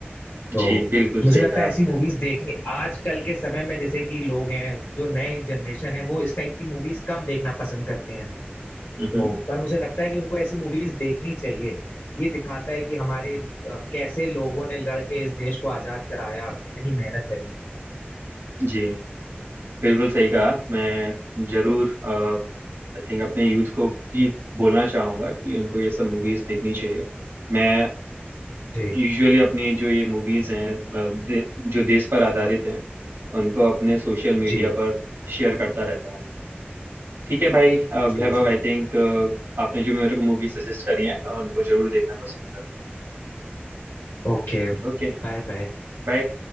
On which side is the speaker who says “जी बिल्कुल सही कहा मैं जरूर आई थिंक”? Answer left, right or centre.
Right